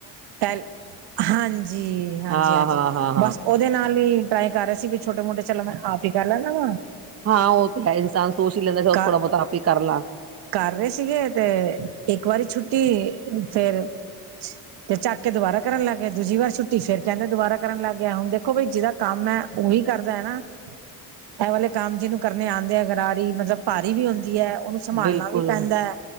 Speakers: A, on the right (about 65°); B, on the right (about 35°).
A: ਪਹਿਲ ਹਾਂਜੀ ਹਾਂਜੀ
B: ਹਾਂ-ਹਾਂ-ਹਾਂ-ਹਾਂ
A: ਹਾਂਜੀ
B: ਹਾਂ ਹਾਂ ਹਾਂ
A: ਬਸ ਉਹਦੇ ਨਾਲ ਹੀ ਤਾਂ ਹੀ ਕਰ ਰਹੇ ਸੀ ਵੀ ਛੋਟੇ ਮੋਟੇ ਚਲੋ ਮੈਂ ਆਪ ਹੀ ਕਰ ਲੈ ਲਾ ਵਾਂ
B: ਹਾਂ ਉਹ ਤਾਂ ਹੈ ਇਨਸਾਨ ਸੋਚ ਹੀ ਲੈਂਦਾ ਸੀ
A: ਕਰ
B: ਥੋੜਾ ਬਹੁਤਾ ਆਪ ਹੀ ਕਰ ਲ
A: ਕਰ ਰਹੇ ਸੀਗੇ ਤੇ ਇੱਕ ਵਾਰੀ ਛੁੱਟੀ ਫੇਰ ਤੇ ਚੱਕ ਕੇ ਦੁਬਾਰਾ ਕਰਨ ਲੱਗ ਗਿਆ ਦੂਜੀ ਵਾਰ ਛੁੱਟੀ ਫੇਿਰ ਕਹਿੰਦੇ ਦੁਬਾ ਕਰਨ ਲੱਗ ਗਿਆ ਹੁਣ ਦੇਖੋ ਬਾਈ ਜਿਹਦਾ ਕੰਮ ਵੀ ਕਰਦਾ ਹੈ ਨਾ ਇਹ ਵਾਲੇ ਕੰਮ ਜਿਹਨੂੰ ਕਰਨੇ ਆਉਂਦੇ ਆ ਗਰਾਰੀ ਮਤਲਬ ਭਾਰੀ ਵੀ ਹੁੰਂਦੀ ਹੈ ਉਹਨੂੰ ਸੰਭਾਲਣਾ
B: ਬਿਲਕੁਲ
A: ਵੀ ਪੈਂਦਾ ਹੈ